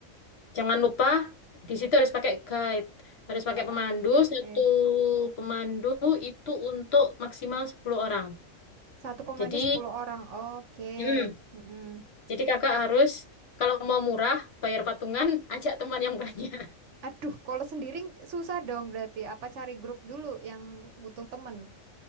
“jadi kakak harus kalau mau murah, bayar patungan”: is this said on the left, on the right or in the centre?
Left